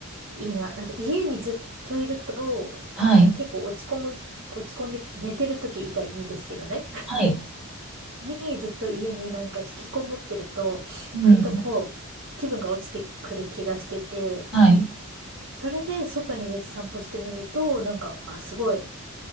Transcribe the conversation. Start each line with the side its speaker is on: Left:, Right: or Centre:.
Right: いいな。なんか家にずっといると
Centre: はい。
Right: 結構落ち込む、落ち込んで寝てる時以外にですけどね。
Centre: はい。
Right: に、にずっと家になんか引きこもってると、
Centre: うん。
Right: 割とこう、気分が落ちてくる気がしてて、
Centre: はい。
Right: それで外に出て散歩してみると、なんか、あ、すごい、